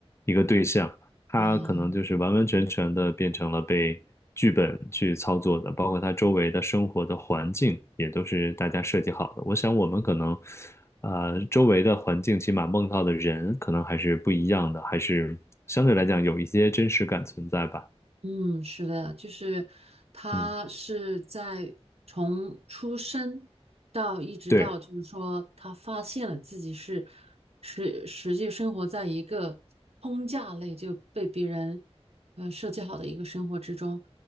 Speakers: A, on the left; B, on the right.
A: 一个对象。它可能就是完完全全的变成了被剧本去操作的，
B: 嗯啊。
A: 包括它周围的生活的环境也都是大家设计好的。我想我们可能，呃，周围的环境起码梦到的人可能还是不一样的，还是相对来讲有一些真实感存在吧。
B: 嗯，是的，就是他是在从出生到一直到，
A: 嗯，对，
B: 就是说他发现了自己是实实际生活在一个框架内，就被别人呃设计好的一个生活之中，